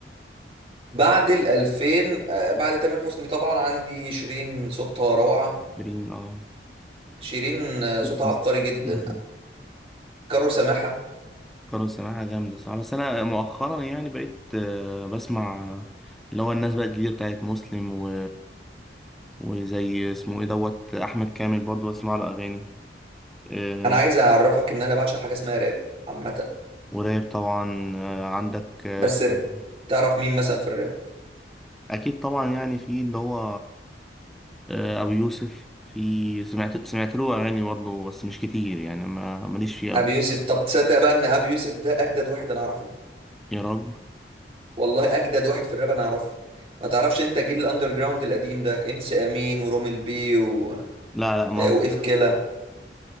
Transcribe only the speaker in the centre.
شيرين اه
<laughs>
مصر.
كانوا سماعة جامدة صح بس أنا مؤخرا يعني بقيت آه، بسمع اللي هو الناس بقى الجديدة بتاعت مسلم و... وزي اسمه ايه دوت أحمد كامل برضو بسمع له أغاني آه،
وراب طبعا آه، عندك آه،
اسمه
إيه؟
أكيد طبعا يعني في اللي هو آه، أبو يوسف في سمعت سمعت له أغاني برضو بس مش كتير يعني ما ماليش فيه أوي
يا رب
لا لا ما